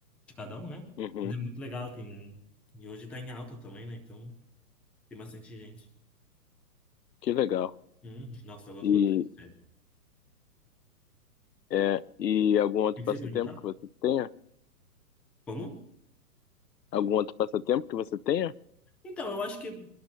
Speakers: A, in the centre; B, on the left.
A: de cada um, né?
B: Uhum,
A: Mas é muito legal, tem e hoje tá em alta também, né? Então tem bastante gente.
B: que legal.
A: Hum, nossa, eu gosto
B: E,
A: bastante, sério. O
B: É, e algum outro
A: que que
B: passatempo
A: você ia perguntar?
B: que você tenha?
A: Como?
B: Algum outro passatempo que você tenha?
A: Então, eu acho que